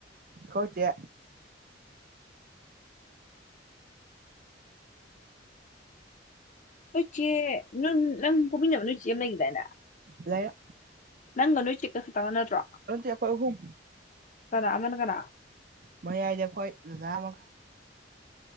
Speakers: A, on the right; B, on the left.
A: ꯈꯣꯏ ꯆꯦ
B: ꯎꯆꯦ ꯅꯪ ꯅꯪ ꯄꯣꯛꯃꯤꯟꯅꯕ ꯅꯣꯏ ꯆꯦ ꯑꯃ ꯂꯩꯒꯤꯗꯥꯏꯅꯦ
A: ꯂꯩ
B: ꯅꯪꯒ ꯅꯣꯏ ꯆꯦꯒ ꯈꯠꯇ ꯅꯠꯇ꯭ꯔꯣ
A: ꯑꯟꯇꯦ ꯑꯈꯣꯏ ꯑꯍꯨꯝ
B: ꯀꯅꯥ ꯑꯃꯅ ꯀꯅꯥ
A: ꯃꯌꯥꯏꯗ ꯑꯈꯣꯏ ꯗꯗꯥ ꯑꯃꯒ